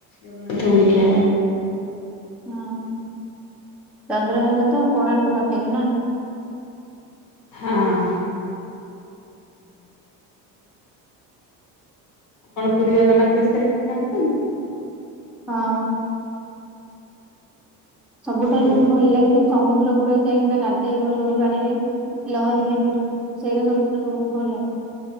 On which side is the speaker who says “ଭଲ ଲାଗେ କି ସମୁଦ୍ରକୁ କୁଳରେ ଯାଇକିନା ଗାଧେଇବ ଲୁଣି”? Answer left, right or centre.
Centre